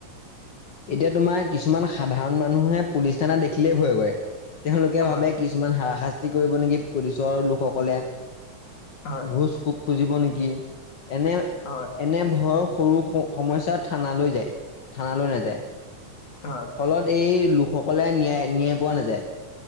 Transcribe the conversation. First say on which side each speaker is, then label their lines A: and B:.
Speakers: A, on the left; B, on the left.
A: এতিয়া তোমাৰ কিছুমান। সাধাৰণ মানুহে পুলিচ থানাত দেখিলেই ভয় কৰে। তেওঁলোকে
B: হয়
A: ভাবে কিছুমান হাৰাশাস্তি কৰিব নেকি, পুলিচৰ লোকসকলে
B: হয়
A: ঘোঁচ খো খুজিব নেকি এনে,,
B: হয়
A: এনে ভয়ৰ সৰু সমস্যা থানালৈ যায় থানালৈ নাযায়।
B: হয়
A: ফলত এই লোকসকলে ন্যায়, ন্যায় পোৱা নাযায়।